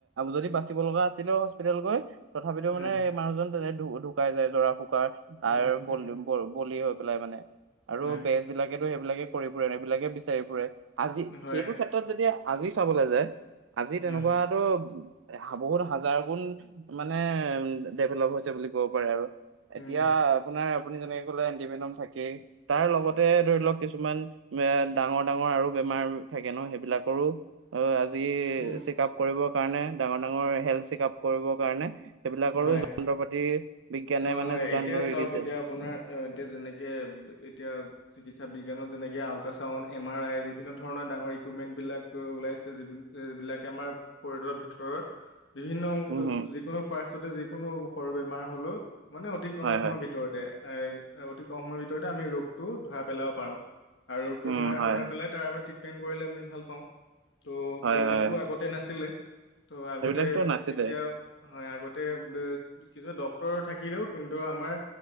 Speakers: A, on the right; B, on the left.
A: যদি বাচিব লগা আছিলেও হস্পিতেল গৈ, তথাপিতো
B: হয়
A: মানে মানুহজন তেনে ঢুকাই যায় জৰা ফুকাৰ
B: উম
A: আৰু বল,
B: উম
A: ব বলি হৈ পেলাই মানে আৰু
B: হয়
A: বেজবিলাক। সেইবিলাকে কৰি ফুৰে ন এইবিলাকে বিচাৰি ফুৰে আজি
B: হয়
A: সেইটো ক্ষেত্ৰত যদি আজি চাবলৈ যায়। আজি তেনেকুৱাতো
B: হয়
A: বহুত হাজাৰ গুণ, মানে উ ডেভেলপ হৈছে বুলি ক'ব পাৰে আৰু,
B: উম
A: এতিয়া
B: উম
A: আপোনাৰ আপুনি যেনেকে কলে এণ্টিভেনম থাকেই তাৰ লগতে, ধৰি লওক কিছুমান এ ডাঙৰ ডাঙৰ আৰু বেমাৰ থাকে ন সেইবিলাকৰো, অ আজি
B: উম
A: চেক আপ কৰিবৰ কাৰণে ডাঙৰ ডাঙৰ হেল্থ চেক আপ কৰিবৰ কাৰণে, সেইবিলাকৰো
B: হয়
A: যন্ত্ৰ পাতি বিজ্ঞানে
B: অ
A: মানে
B: হয়
A: যোগান
B: এতিয়া
A: ধৰি
B: চাওক
A: দিছে,
B: এতিয়া আপোনাৰ এতিয়া যেনেকৈ এতিয়া, চিকিৎসাজ্ঞানত যেনেকৈ আলট্ৰাউণ্ড এম আৰ আই বিভিন্ন ধৰণৰ ডাঙৰ ইকুইপমেণ্টবিলাক ওলাই আছে য, য বিলাকে আমাৰ শৰীৰৰ ভিতৰত, বিভিন্ন অংশ
A: উম হম
B: যিকোনো পাইষ্টতে যিকোনো সৰু বেমাৰ হলেও, মানে অতি কম
A: হয়
B: সময়ৰ
A: হয়
B: ভিত ভিতৰতে এ অতি কম সময়ৰ ভিতৰতে আমি ৰোগটো ধৰা পেলাব পাৰো। আৰু ৰোগটো
A: উম,
B: ধৰা
A: হয়,
B: ধৰা পেলাই তাৰ আমি ট্ৰিটমেণ্ট কৰিলে আমি ভাল পাওঁ। ত'
A: হয়,
B: সেইবিলাক
A: হয়।
B: টো আগতে নাছিলে। ত' আগতে
A: সেইবিলাকতো নাছিলে।
B: এতিয়া হয় আগতে বে কিছু ডক্তৰ থাকিলেও কিন্তু আমাৰ